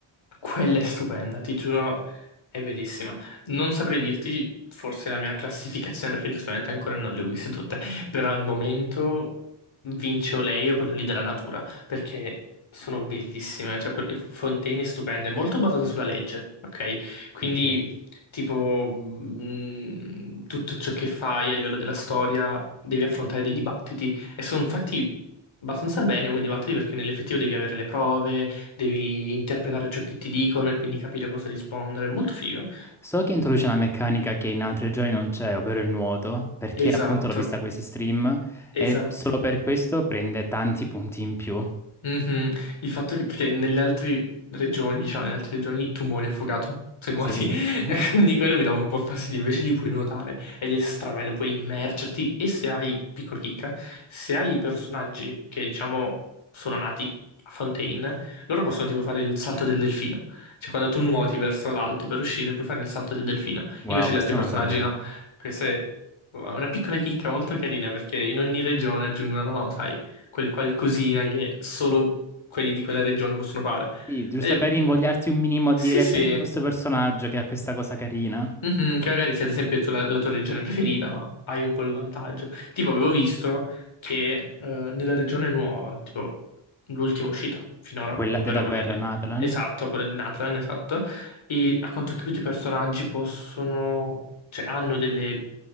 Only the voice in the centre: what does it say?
Ok.
So che introduce una meccanica che in altri giochi non c'è, ovvero il nuoto, perché
appunto l'ho vista a questi stream
e solo per questo prende tanti punti in più.
Sì.
<laughs>
Wow,
questo
non lo sapevo.
Sì, giusto
per invogliarti
un minimo a
dire
prendi questo personaggio che ha questa cosa carina,
quella
della
guerra,
Natalan.